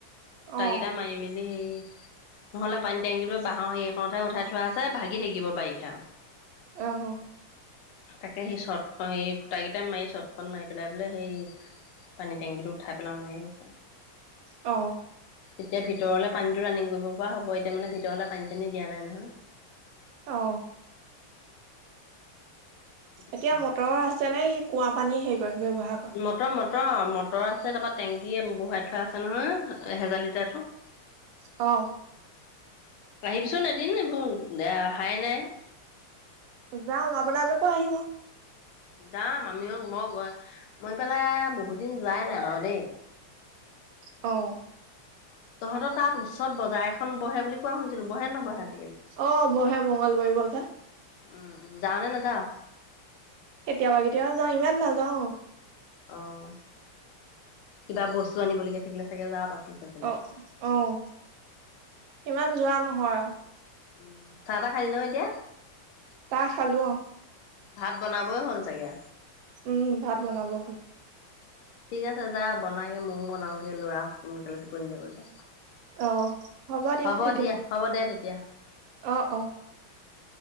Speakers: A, on the right; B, on the left.
A: অ
B: খুটা কেইটা মাৰি মেলি হেৰি নহ'লে পানী টেংকি বাঁহৰ হেৰি এখনতহে উঠাই থোৱা আছে, ভাগি থাকিব বাৰিষা।
A: অ'।
B: তাকে সেই চৰ্টখন-সেই খুটা কেইটা মাৰি চৰ্টখন মাৰি পেলাই বোলে হেৰি পানী টেংকিটো উঠাই পেলাও, এনেকে কৈছে।
A: অ'।
B: তেতিয়া ভিতৰলে পানীতো ৰানিং কৰিব পৰা হ'ব, এতিয়া মানে ভিতৰলে পানী-চানী দিয়া নাই নহয়।
A: অ'।
B: সেইটো
A: এতিয়া
B: কথা।
A: মটৰ আছে নে, সেই কুঁৱা পানী হেৰি কৰে, ব্যৱহাৰ কৰে?
B: মটৰ-মটৰ, মটৰ আছে, তাৰপৰা টেংকী বহুৱাই থোৱা আছে নহয়, এহেজাৰ লিটাৰতো। <inaudible>
A: অ'।
B: আহিবিচোন এদিন, এইবোৰ অহাই নাই।
A: যাম, আপোনালোকো আহিব।
B: যাম, আমিও মই গৈ-মই সেইফালে বহুত দিন যোৱাই নাই বাৰু দেই।
A: অ'।
B: তহঁতৰ তাত ওচৰত বজাৰ এখন বহে বুলি কোৱা শুনিছিলোঁ, বহে নবহে আজি
A: অ', বহে মঙ্গলবৰী বজাৰ।
B: উম উম, যাৱ নে নাযাৱ?
A: কেতিয়াবা কেতিয়াবা যাওঁ, ইমান নাযাওঁ।
B: অ', কিবা বস্তু আনিবলগীয়া থাকিলে চাগে যাৱ পাচলি চাচলি।
A: অ' অ', ইমান যোৱা নহয় অ'।
B: উম, চাহ-তাহ খালি নহয় এতিয়া?
A: তাহ খালোঁ অ'।
B: ভাত বনাবই হ'ল চাগে?
A: উম, ভাত বনাব হ'ল।
B: ঠিক আছে যা বনাগে, মইয়ো বনাওঁগে, ল'ৰা সোনকালে টোপনি যাব যে।
A: অ দিয়ক
B: হ'ব
A: তেতিয়া
B: দিয়া-হ'ব দে তেতিয়া।
A: অ অ